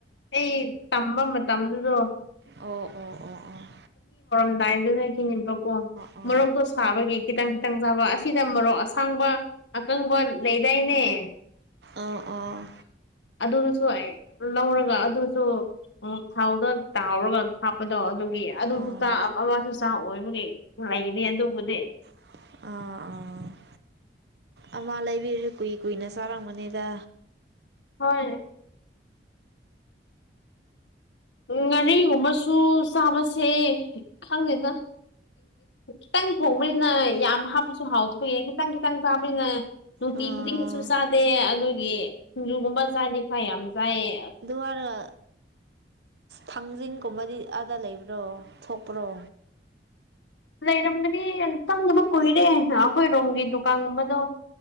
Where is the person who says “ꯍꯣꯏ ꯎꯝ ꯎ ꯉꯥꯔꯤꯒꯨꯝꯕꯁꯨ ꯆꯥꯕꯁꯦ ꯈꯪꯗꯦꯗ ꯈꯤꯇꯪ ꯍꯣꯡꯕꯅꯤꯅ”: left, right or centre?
Left